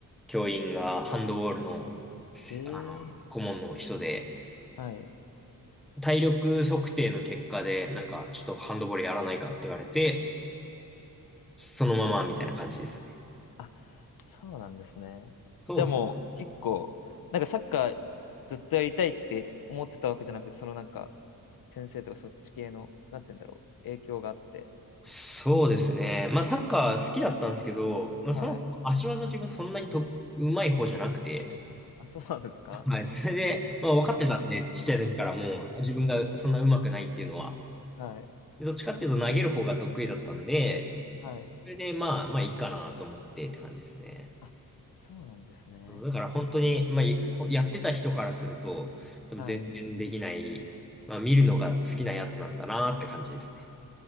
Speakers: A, in the centre; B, on the left.
A: 教員がハンドボールの、せあの、
B: へえ、
A: 顧問の人で、
B: はい。
A: 体力測定の結果で、なんか、ちょっとハンドボールやらないかって言われて、そのままみたいな感じですね。
B: あ、そうなんですね。
A: そう、
B: じゃあもう結構、なんかサッカーずっとやりたいって思ってたわけじゃなく、そのなんか、先生とかそっち系の、なんて言うんだろう、影響があって。
A: そうですね。まあ、サッカー好きだったんですけど、まあ、そもそも足技自分そんなにと、
B: はい。
A: うまい方じゃなくて、
B: あ、そうなんですか
A: はい、それで、まあ、分かってたんで、ちっちゃい時からもう、自分がそんなうまくないっていうのは。
B: はい。
A: でどっちかっていうと投げる方が得意だったんで、
B: はい。
A: それで、まあ、まあいいかなと思ってって感じですね。
B: あ、そうなんですね。
A: だから本当に、まあ、いほやってた人からすると、多分全然できない、
B: はい。
A: まあ、見るのが好きなやつなんだなって感じですね。